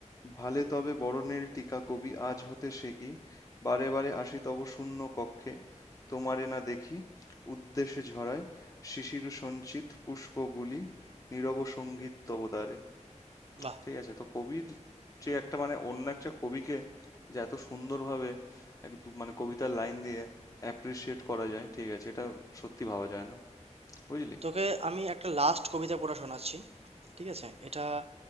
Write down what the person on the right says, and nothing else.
বাহ
তোকে আমি একটা লাস্ট কবিতা পড়া শোনাচ্ছি ঠিক আছে এটা